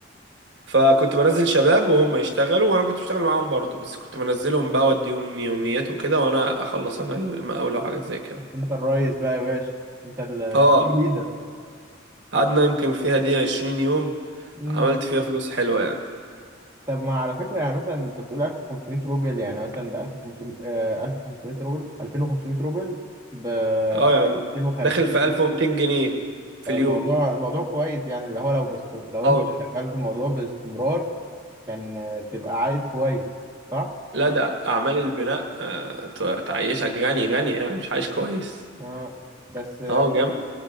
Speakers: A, on the right (about 60°); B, on the right (about 15°).
A: فكنت بنزل شباب وهم يشتغلوا وانا كنت بشتغل معاهم برضو بس كنت بنزلهم بقى اوديهم يوميات وكده وانا اخلص انا المقاولة وحاجات زي كده
B: بس انت الريس بقى يا باشا انت التيم
A: اه
B: ليدر
A: قعدنا يمكن فيها دي 20 يوم
B: امم
A: عملت فيها فلوس حلوة يعني
B: طب ما على فكره يعني مثلا انت بتقول 1500 روبل يعني مثلا ب 1500 آه، 1500 روبل 2500 روبل ب
A: اه يعني
B: 250
A: داخل في
B: جنيه.
A: 1200 جنيه في
B: فالموضوع
A: اليوم
B: الموضوع كويس يعني اللي هو لو بست... لو
A: اه
B: انت شغال في الموضوع باستمرار كان آه، تبقى عايز كويس صح؟
A: لا ده اعمال البناء آه، ت- تعيشك غني غني يعني مش عايش كويس
B: آه. بس
A: اه جنب